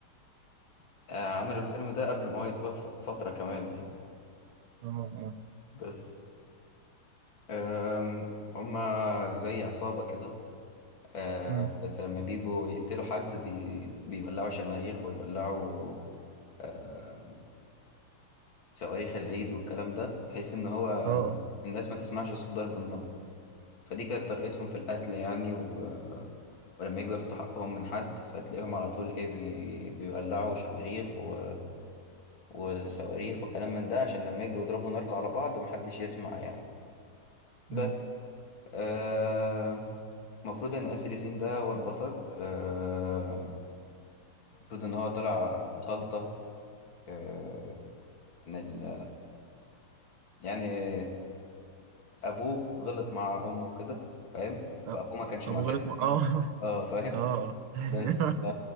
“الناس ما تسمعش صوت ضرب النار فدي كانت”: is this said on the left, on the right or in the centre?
Left